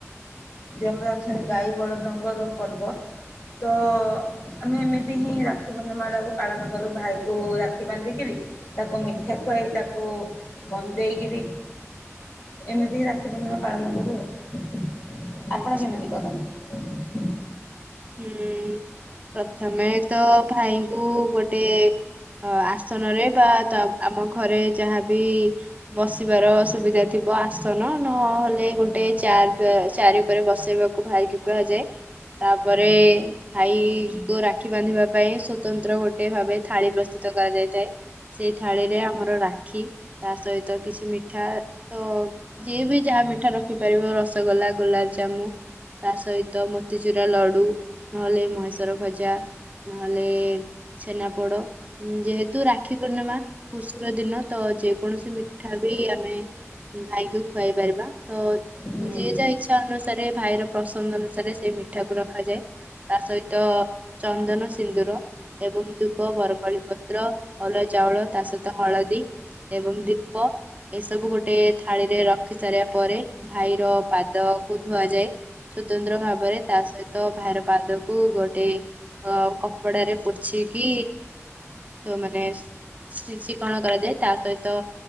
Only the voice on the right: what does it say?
ଆଚ୍ଛା
ହୁଁ ପ୍ରଥମେ ତ ଭାଇଙ୍କୁ ଗୋଟେ ଆସନରେ ବା ତା ଆମ ଘରେ ଯାହାବି ବସିବାର ସୁବିଧା ଥିବ ଆସନ ନହେଲେ ଗୋଟେ ଚାୟାରି ଚେୟାର ଉପରେ ବସେଇବାକୁ ଭାଇ କୁ କୁହାଯାଏ ତା ତାପରେ ଭାଇ କୁ ରାକ୍ଷୀ ବାନ୍ଧିବା ପାଇଁ ସ୍ଵତନ୍ତ୍ର ଗୋଟେ ଭାବେ ଥାଳି ପ୍ରସ୍ତୁତ କରାଯାଇଥାଏ। ସେଇ ଥାଳିରେ ଆମର ରାକ୍ଷୀ ତା ସହିତ କିଛି ମିଠା ତ ଯିଏ ବି ଯାହା ମିଠା ରଖିପାରିବ ରସଗୋଲା ଗୋଲାପଜାମୁ ତା ସହିତ ମୋତିଚୁରା ଲ ଡୁ ନହେଲେ ମହେଷର ଗଜା ନହେଲେ ଛେନାପୋଡ ଯେହେତୁ ରାକ୍ଷୀ ପୂର୍ଣ୍ଣିମା ଖୁସିର ଦିନ ତ ଯେ କୌଣସି ମିଠା ବି ଆମେ ଭାଇକୁ ଖୁଆଇ ପାରିବା ତ
ଯେ ଯା ଇଚ୍ଛା ଅନୁ ରେ ଭାଇର ପ୍ରସନ୍ଦ ଅନୁସାରେ ସେଇ ମିଠା କୁ ର ରଖାଯାଏ ତା ସହିତ ଚନ୍ଦନ ସିନ୍ଦୁର ଏବଂ ଦୁବ ବରକଳି ପତ୍ର ଅରୁଆ ଚାଉଳ ତା ସହିତ ହଳଦୀ ଏବଂ ଦୀପ ଏସବୁ ଗୋଟେ ଥାଳିରେ ରଖି ସାରିବା ପରେ ଭାଇର ପାଦକୁ ଧୁଆଯାଏ ସ୍ବତନ୍ତ୍ର ଭାବରେ ତା ସହି ତ ଭାଇର ପାଦକୁ ଗୋଟେ ଅ କପଡାରେ ପୋଛିକି ମାନେ ଶିଶି କଣ କରାଯାଏ ତା ସହିତ